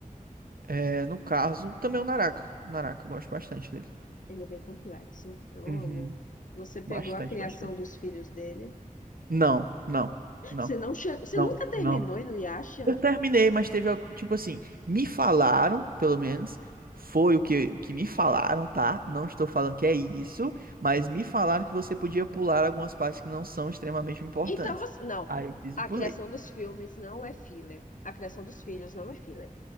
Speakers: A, on the right; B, on the left.
A: É, no caso, também o Naraka. O Naraka, eu gosto bastante dele.
B: Ele é bem complexo, hein? eu
A: Uhum.
B: amo. Você pegou
A: Bastante,
B: a criação
A: bastante.
B: dos filhos dele.
A: Não, não, não,
B: Você não che... Você
A: não,
B: nunca terminou
A: não.
B: no Yasha?
A: Eu terminei, mas teve algo, tipo assim, me falaram, pelo menos, foi o que, que me falaram, tá? Não estou falando que é isso, mas me falaram que você podia pular algumas partes que não são extremamente importantes.
B: Então você. Não.
A: Aí eu fiz
B: A
A: e pulei
B: criação dos filmes não é filler. A criação dos filhos não é filler.